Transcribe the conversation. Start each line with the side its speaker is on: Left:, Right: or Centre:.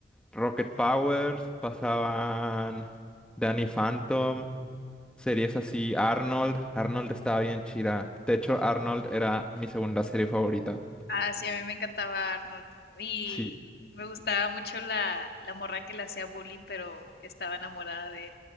Centre: Rocket Powers, pasaban Danny Phantom, series así, Arnold, Arnold estaba bien chida. De hecho, Arnold era mi segunda serie favorita.
Left: Ah, sí, a mí me encantaba Arnold. Y
Centre: Sí.
Left: me gustaba mucho la, la morra que le hacía bullying, pero estaba enamorada de él.